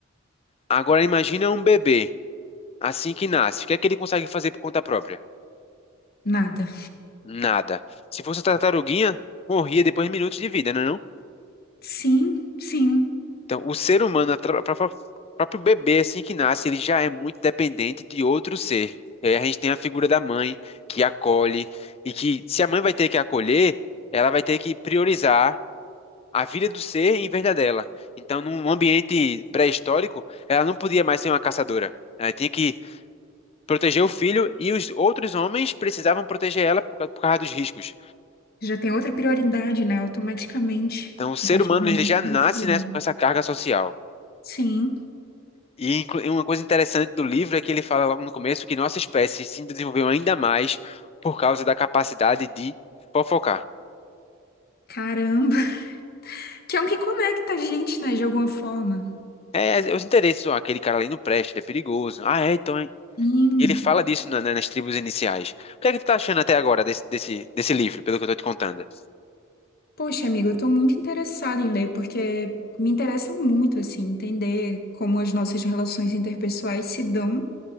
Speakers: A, on the left; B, on the left.
A: Agora imagina um bebê assim que nasce. O que é que ele consegue fazer por conta própria?
B: nada.
A: Nada. Se fosse uma tartaruguinha, morria depois de minutos de vida, não é não?
B: Sim, sim.
A: Então, o ser humano, a tra- pra- pra- próprio bebê, assim que nasce, ele já é muito dependente de outro ser. E aí a gente tem a figura da mãe, que acolhe, e que, se a mãe vai ter que acolher, ela vai ter que priorizar a vida do ser em vez da dela. Então, num ambiente pré-histórico, ela não podia mais ser uma caçadora. Ela tinha que proteger o filho e os outros homens precisavam proteger ela por ca- por causa dos riscos.
B: Já tem outra prioridade, né? Automaticamente,
A: Então, o ser
B: a partir
A: humano
B: do momento
A: ele já
B: que tem
A: nasce
B: um filho.
A: nessa, com essa carga social.
B: Sim,
A: E inclu- e uma coisa interessante do livro é que ele fala logo no começo que nossa espécie se desenvolveu ainda mais por causa da capacidade de fofocar.
B: caramba. <laughs> Que é um que conecta a gente, né? De alguma forma.
A: É, é os interesses, ó, aquele cara ali não presta, ele é perigoso. Ah, é, então. é.
B: Sim.
A: Ele fala disso na- na- nas tribos iniciais. O que é que tu tá achando até agora desse, desse, desse livro, pelo que eu tô te contando?
B: Poxa, amigo, eu tô muito interessada em ler porque me interessa muito assim entender como as nossas relações interpessoais se dão,